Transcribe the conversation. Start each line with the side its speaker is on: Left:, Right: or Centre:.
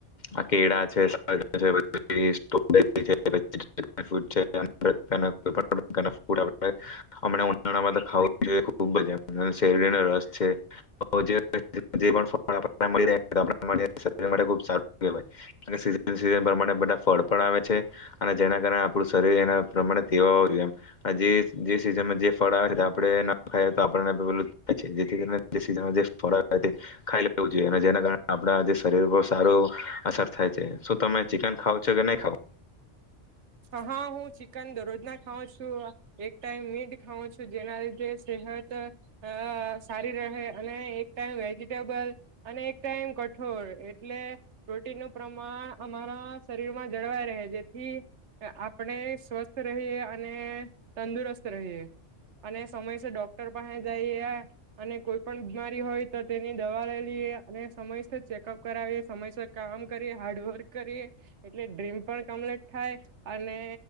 Left: આ કેળા છે, સફરજન છે, <unintelligible> <unintelligible> અમણા ઉનાળામા તો ખાવું જ જોઈએ ખુબ જ એમ શેરડીનો રસ છે <unintelligible> બઉ સારુ કેવાય સીઝન છે એ પ્રમાણે બધા ફળ પણ આવે છે અને જેના કારણે આપડું શરીર એના પ્રમાણે તેવાવુ જોઈએ એમ, આજે જે સીઝનમાં જે ફળ આવે ને તે આપડે તે ન ખાએ તો આપણને <unintelligible> થાય છે, જેથી કરીને સીઝનમાં જે ફળ આવે તે ખાઈ લેવું જોઈએ અને જેના કારણે આપણા જે શરીર પર સારું અસર થાય છે. શું તમે ચિકન ખાવ છો કે નઈ?
Right: હા હા હું ચિકન દરરોજ ના ખાઉં છું, એક ટાઈમ મીટ ખાઉં છું, જેના લીધે સેહત અ સારી રહે અને એક ટાઈમ વેજીિટેબલ અને એક ટાઈમ કઠોળ એટલે પ્રોટીનનું પ્રમાણ અમારા શરીરમાં જળવાય રહે જેથી આપણે સ્વસ્થ રહીએ અને તંદુરસ્ત રહીએ અને સમયસર ડોક્ટર પાહેં જઈએ અને કોઈ પણ બીમારી હોય તો તેની દવા લઈ લઈએ અને સમયસર ચેકઅપ કરાવીએ, સમયસર કામ કરીએ, હાર્ડવર્ક કરીએ એટલે ડ્રીમ પણ કમ્પ્લીટ થાય. અને